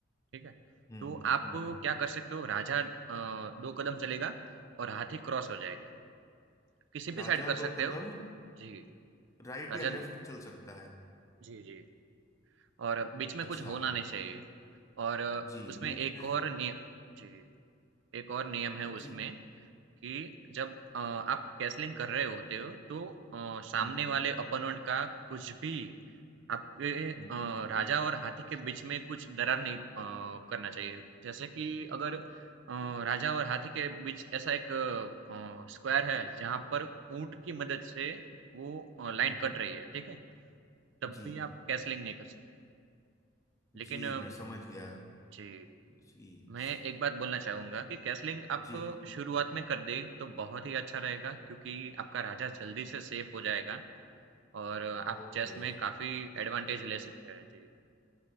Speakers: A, on the right (about 65°); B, on the left (about 15°).
A: ठीक है?
B: हम्म
A: तो आप
B: हम्म,
A: क्या कर सकते हो राजा अ, 2 कदम चलेगा और हाथी क्रॉस हो जाएगा। किसी
B: राजा
A: भी साइड कर सकते
B: दो कदम
A: हो। जी,
B: राइट
A: राजा
B: या लेफ्ट चल सकता है
A: जी, जी और बीच में कुछ
B: अच्छा
A: होना नहीं चाहिए और
B: जी
A: उसमें
B: बीच
A: एक
B: में
A: और निय जी, एक और नियम है
B: जी
A: उसमें कि जब अ, आप कैसलिंग कर रहे होते हो तो अ, सामने
B: हम्म
A: वाले ओपोनेंट का कुछ भी आपके अ,
B: हम्म
A: राजा और हाथी के बीच में कुछ दरार नहीं अ, करना चाहिए जैसे कि अगर अ, राजा और हाथी के बीच ऐसा एक स्क्वायर है जहां पर ऊंट की मदद से वो लाइन
B: हम्म
A: कट
B: हम्म,
A: रही है ठीक है तब
B: जी
A: भी आप कैसलिंग नहीं कर सकते लेकिन
B: जी
A: अ,
B: मैं समझ गया
A: जी
B: जी स-
A: मैं एक बात बोलना चाहूँगा कि कैसलिंग आप
B: जी
A: शुरुआत में कर दें, तो बहुत ही अच्छा रहेगा क्योंकि आपका राजा जल्दी से सेफ हो जाएगा और आप
B: ओके
A: चेस में काफ़ी एडवांटेज ले सकते हैं। जी,